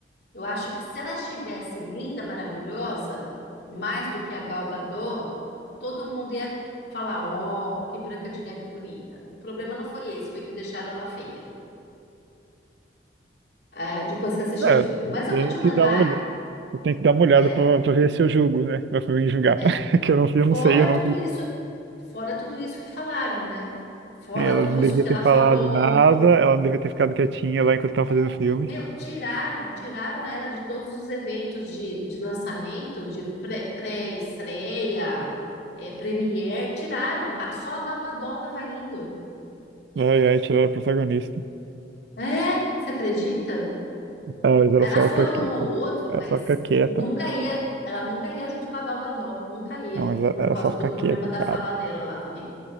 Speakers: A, on the left (about 60°); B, on the right (about 65°).
A: Eu acho que se ela estivesse linda, maravilhosa, mais do que a Gal Gadot, todo mundo ia falar, ó, que Branca de Neve bonita. O problema não foi esse, foi que deixaram ela feia, ah, depois que assistiram
B: É,
A: o filme. Mas eu
B: tem
A: vou te
B: que
A: mandar,
B: dar uma olhada. Eu tenho que dar uma olhada
A: é,
B: pra, pra ver se eu julgo, né? Pra mim julgar.
A: É,
B: <laughs> Que eu não, eu não
A: fora
B: sei, eu
A: tudo
B: não vi.
A: isso, fora tudo isso que falaram, né? Fora
B: É, ela
A: tudo
B: não
A: isso
B: devia
A: que
B: ter
A: ela
B: falado
A: falou.
B: nada, ela não devia ter ficado quietinha lá enquanto estava
A: É,
B: fazendo o filme.
A: meu, tiraram, tiraram ela de todos os eventos de, de lançamento, de pré- pré-estreia, é, premiere, tiraram. A- Só a Gal Gadot tava indo.
B: Ai, ai, tirar a protagonista.
A: É, você acredita?
B: Ah, mas ela
A: Ela
B: só
A: foi
B: fica quieta.
A: num ou outro,
B: Ela
A: mas
B: só fica quieta.
A: nunca ia, ela nunca ia junto com a Gal Gadot, nunca ia,
B: Não, mas ela
A: por
B: ela
A: causa
B: só fica
A: do problema
B: quieta,
A: da
B: cara.
A: fala dela lá também.